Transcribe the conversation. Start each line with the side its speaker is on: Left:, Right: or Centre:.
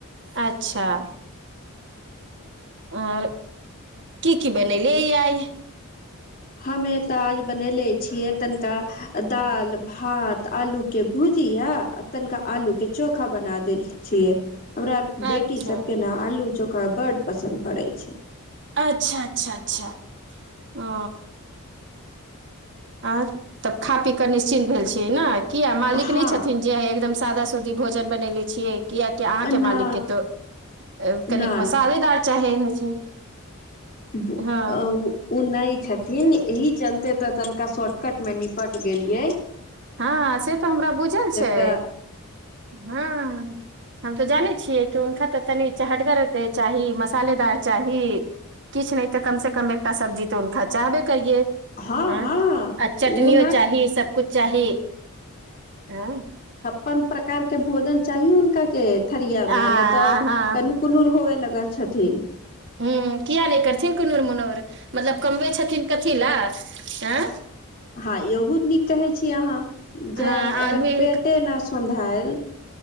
Right: अच्छा और की-की बनैलै आय।
Left: हमे ते आज बनैले छियै, तनका दाल, भात, आलू के भुजिया, तनका आलू के चोखा बना देल छियै। हमरा बेटी
Right: अच्छा
Left: सबके ना आलू चो खा बड पसन्द पड़ै छै।
Right: अच्छा-अच्छा-अच्छा औ। आ तब खा पी के निस चिंत भेल छियै नै। किया मालिक
Left: हँ
Right: नै छथिन जे एगदम सादा स दी भोजन बनेलै छियै। कियाकि अहाँ के
Left: ना
Right: मालिक के ते ए कनिक
Left: ना
Right: मसालेदार चाहे होय छै।
Left: बु
Right: हँ
Left: अ उ उ नै छथिन। इहि चलते ते तनिका शॉर्टकट मे निपट गेलिये।
Right: हाँ से ते हमरा बुझल छै,
Left: तऽ
Right: हाँ हम ते जानै छिये, हुनका ते तनि चहटगर चाही, मसालेदार चाही, किछ नै ते कम से कम एकटा सब्जी तऽ हुनका चाहबे करिये। एं
Left: हँ हँ
Right: आ चटनियो
Left: ओ ने
Right: चाही, सब कुछ अहि एं।
Left: पन प्रकार के भोजन चाही हुनका के थरिया मे,
Right: आ
Left: अ नै ते
Right: हँ
Left: तनुकुर नुकुर होवे लग गे छथिन।
Right: उम्म किया ने करथिन कुनूर-मुनुर। मतलब कमबै छथिन कथी लए। एं।
Left: हाँ यहु नीक कहै छी अहाँ
Right: हँ
Left: जे अगर
Right: आदमी
Left: पेटे नै सोन्धाएल